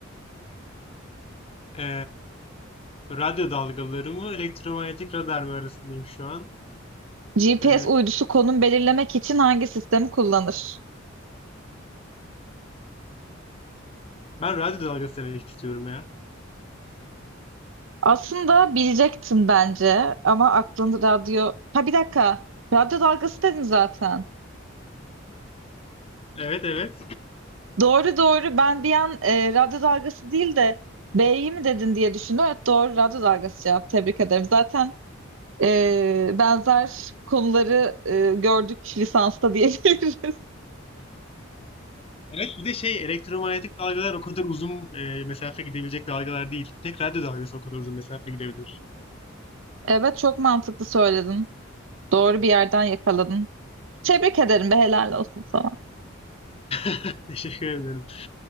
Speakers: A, on the left (about 30°); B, on the right (about 70°).
A: E, radyo dalgaları mı, elektromanyetik radar mı arasındayım şu an.
B: GPS
A: Ee,
B: uydusu konum belirlemek için hangi sistemi kullanır?
A: ben radyo dalgası demek istiyorum ya.
B: Aslında bilecektin bence ama aklında radyo... Ha bir dakika. Radyo dalgası dedin zaten.
A: Evet evet.
B: Doğru doğru. Ben bir an e, radyo dalgası değil de B'yi mi dedin diye düşündüm. Evet doğru radyo dalgası cevap. Tebrik ederim. Zaten e, benzer konuları e, gördük lisansta diyebiliriz. <laughs>
A: Evet bir de şey elektromanyetik dalgalar o kadar uzun e, mesafe gidebilecek dalgalar değil. Bir tek radyo dalgası o kadar uzun mesafe gidebilir.
B: Evet çok mantıklı söyledin. Doğru bir yerden yakaladın. Tebrik ederim be helal olsun sana.
A: <laughs> Teşekkür ederim.